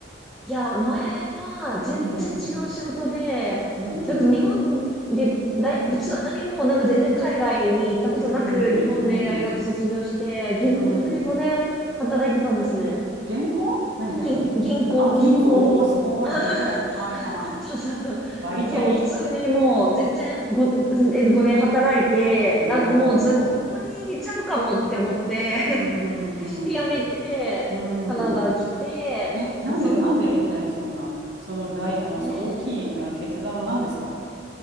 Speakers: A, in the centre; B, on the right.
A: いや、前は全然違う仕事で、
B: うんうん。うんうん。
A: それこそ日本で大、普通にもうなんか全然海外に行ったことなく、
B: うんうん。
A: 日本で大学卒業して、銀行で5年働いてたんですね。
B: うん。銀行何何あ、
A: 銀、銀行、
B: 銀行。
A: 銀行。
B: おー、すごい。
A: <laughs>
B: 銀行。はいはい。
A: そうそうそう。
B: バリキャリ。
A: そう、普通にもう全然5、え5年働いて、
B: お
A: なんかもうずっとここにいちゃうかもって思って、
B: ー。うん、うん、うん、
A: <laughs> で、辞めて、
B: うん。
A: カナダ来て、
B: うん。え、なんで、
A: でその、
B: なんでいきなりそんな、その大、あの、
A: えー、
B: そう、大きい、あの、決断は何ですか